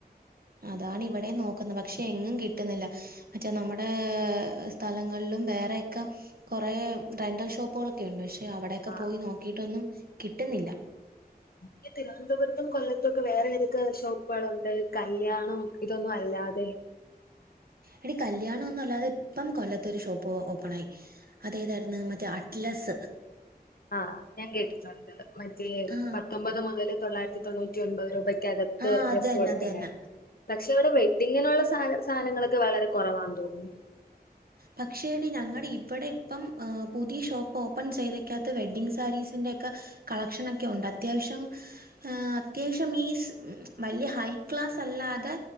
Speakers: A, on the right; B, on the left.
A: അതാണ്ഇവിടെംനോക്കുന്നെ പക്ഷെഎങ്ങുംകിട്ട്ന്നില്ല മറ്റേനമ്മടെസ്ഥലങ്ങള്ലും വേറെയക്കെകുറെ റെന്റൽഷോപ്പുകൾ ഒക്കെണ്ട് പഷെഅവടെക്കെപോയി
B: ആഹ് ആഹ്
A: നോക്കിയിട്ടൊന്നുംകിട്ടുന്നില്ല
B: ഞ്ഞിതിരുവന്തപുരത്തുംകൊല്ലത്തൊക്കെ വേറെവിതൊക്കെ ഷോപ്പ് കളുണ്ട് കല്യാണംഇതൊന്നുംഅല്ലാതെ
A: എടികല്യാണംഒന്നുംല്ലാതെ ഇപ്പംകൊല്ലത്തൊരു ഷോപ്പ് ഓപ്പണായി അതേതായിര്ന്ന് മറ്റേഅറ്റ്ലസ്സ്
B: ആഹ് അത്ഞാൻകേട്ടിട്ടുണ്ട് മറ്റേപത്തൊമ്പത്
A: ആ
B: മുതല്തൊള്ളായിരത്തിതൊണ്ണൂറ്റിഒൻ പത് രൂപയ്ക്കക ത്ത്
A: ആ
B: ഡ്രസ്സും
A: അത് തന്നെ
B: കൊടുക്കണത്
A: അത് തന്നെ
B: പക്ഷേ അവിടെ വെഡിംങ്ങിനുള്ള സ സാധനങ്ങളൊക്കെ വളരെ കുറവാന്ന് തോന്നുന്നു !!!!!!!!
A: പക്ഷേ എടി ഞങ്ങടെ ഇവിടെ ഇപ്പം പുതിയ ഷോപ്പ് ഓപ്പൺ ചെയ്തയ്ക്കകത്ത് വെഡ്ഡിങ് സാരീസിൻന്റെക്കെ കളക്ഷനൊക്കെ ഒണ്ട് അത്യാവശ്യം അത്യാവശ്യം മീൻസ് വല്യ ഹൈക്ലാസ് അല്ലാതെ